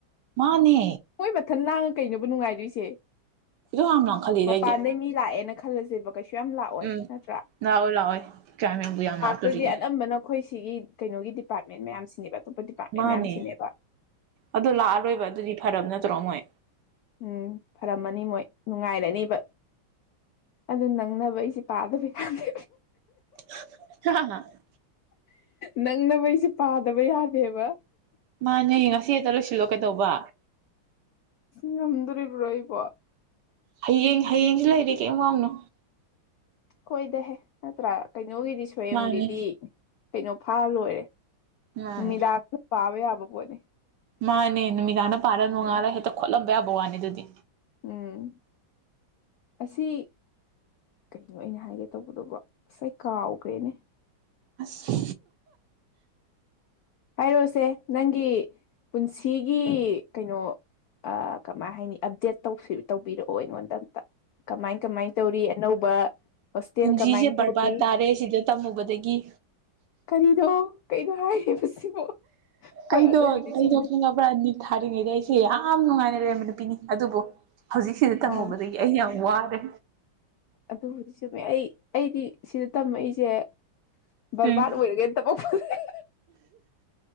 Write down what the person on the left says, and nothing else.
ꯍꯣꯏ ꯃꯊꯟ ꯂꯥꯡꯉ ꯀꯩꯅꯕꯨ ꯅꯨꯡꯉꯥꯏꯗꯣꯏꯁꯦ
ꯃꯄꯥꯟꯗꯩ
ꯃꯤ ꯂꯥꯛꯑꯦꯅ ꯈꯜꯂꯁꯦꯕ ꯀꯩꯁꯨ ꯌꯥꯝ ꯂꯥꯛꯑꯣꯏ
ꯅꯠꯇ꯭ꯔꯥ
ꯂꯥꯛꯇꯣꯏꯗꯤ
ꯑꯅꯝꯕꯅ ꯑꯩꯈꯣꯏ ꯁꯤꯒꯤ ꯀꯩꯅꯣꯒꯤ ꯗꯤꯄꯥꯔꯠꯃꯦꯟ ꯃꯌꯥꯝꯁꯤꯅꯦꯕ ꯑꯇꯣꯞꯄ ꯗꯤꯄꯥꯔꯠꯃꯦꯟ
ꯃꯌꯥꯝꯁꯤꯅꯦꯕ
ꯎꯝ ꯐꯔꯝꯃꯅꯤ ꯃꯣꯏ ꯅꯨꯡꯉꯥꯏꯔꯅꯤꯕ ꯑꯗꯨ ꯅꯪꯅꯕ ꯑꯩꯁꯦ ꯄꯥꯗꯕ ꯌꯥꯗꯦ
ꯅꯪꯅ ꯃꯩꯁꯦ ꯄꯥꯗꯕ ꯌꯥꯗꯦꯕ
ꯉꯝꯗꯣꯔꯤꯕ꯭ꯔꯣ ꯑꯩꯕꯣ
ꯍꯣꯏꯗꯍꯦ ꯅꯠꯇ꯭ꯔꯥ ꯀꯩꯅꯣꯒꯤꯗꯤ ꯁ꯭ꯝꯒꯤꯗꯤ
ꯀꯩꯅꯣ ꯐꯥ ꯂꯣꯏꯔꯦ
ꯅꯨꯃꯤꯗꯥ ꯄꯥꯕꯦ ꯌꯥꯕꯕꯣꯅꯦ
ꯎꯝ
ꯎꯝ ꯑꯁꯤ ꯀꯩꯅꯣ ꯑꯩꯅ ꯍꯥꯏꯒꯦ ꯇꯧꯕꯗꯧꯕ ꯉꯁꯥꯏ ꯀꯥꯎꯈ꯭ꯔꯦꯅꯦ
ꯍꯥꯏꯔꯣꯁꯦ ꯅꯪꯒꯤ ꯄꯨꯟꯁꯤꯒꯤ ꯀꯩꯅꯣ ꯀꯃꯥꯏ ꯍꯥꯏꯅꯤ ꯑꯞꯗꯦꯠ ꯇꯧꯕꯤꯔꯛꯑꯣ ꯑꯩꯉꯣꯟꯗ ꯑꯝꯇ ꯀꯃꯥꯏ ꯀꯃꯥꯏ ꯇꯧꯔꯤ ꯑꯅꯧꯕ ꯍꯣꯁꯇꯦꯜ
ꯀꯃꯥꯏꯅ
ꯇꯧꯏ
ꯀꯔꯤꯅꯣ ꯀꯩꯅꯣ ꯍꯥꯏ <unintelligible> ꯍꯣꯏ
ꯑꯗꯨꯕꯨꯗꯤ
ꯆꯨꯝꯃꯦ
ꯑꯥ
ꯑꯗꯨꯕꯨꯗꯤ ꯆꯨꯝꯃꯦ ꯑꯩ ꯑꯩꯗꯤ ꯁꯤꯗ ꯇꯝꯃꯛꯏꯁꯦ ꯕꯔꯕꯥꯔꯗ
ꯑꯣꯏꯔꯒꯦ <unintelligible>